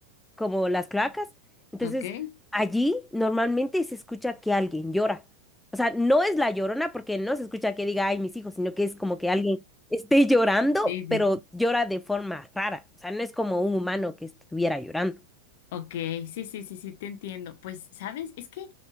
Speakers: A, in the centre; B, on the left (about 50°).
A: como las cloacas. Entonces,
B: Ok, sí,
A: allí normalmente se escucha que alguien llora. O sea, no es la llorona porque no se escucha que diga, ay, mis hijos, sino que es como que alguien esté llorando,
B: sí, sí.
A: pero llora de forma rara. O sea, no es como un humano que estuviera llorando.
B: Ok, sí, sí, sí, sí, te entiendo. Pues, ¿sabes? Es que